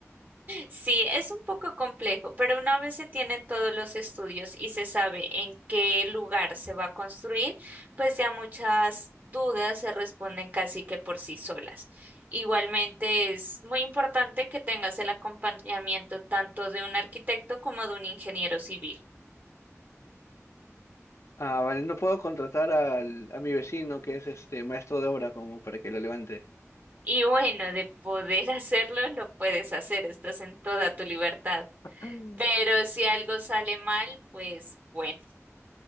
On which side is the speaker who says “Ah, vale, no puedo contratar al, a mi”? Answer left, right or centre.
Left